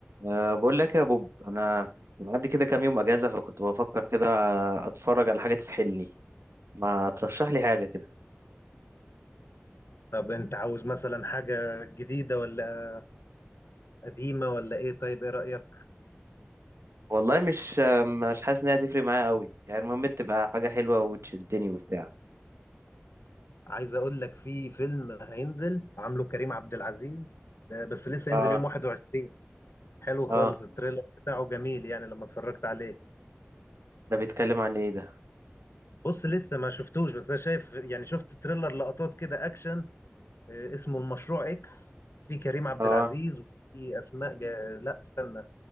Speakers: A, on the right (about 80°); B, on the left (about 70°).
A: أه بقول لك يا بوب انا معدي كده كام يوم اجازه فكنت بفكر كده اتفرج على حاجه تسحلني ما ترشح لي حاجه كده
B: طب انت عاوز مثلا حاجة جديدة ولا قديمة ولا ايه طيب ايه رأيك
A: والله مش آه، مش حاسس انها تفرق معايا قوي يعني المهم تبقى حاجه حلوه وتشدني وبتاع
B: عايز اقول لك في فيلم هينزل عامله كريم عبد العزيز آه، بس لسه
A: اه
B: هينزل يوم 21 حلو خالص
A: اه
B: التريلر بتاعه جميل يعني لما اتفرجت عليه
A: ده بيتكلم عن ايه ده
B: بص لسه ما شفتوش بس انا شايف يعني شفت تريلر لقطات كده اكشن آه، اسمه المشروع اكس في كريم عبد
A: اه
B: العزيز وفي اسماء جا... لا استنى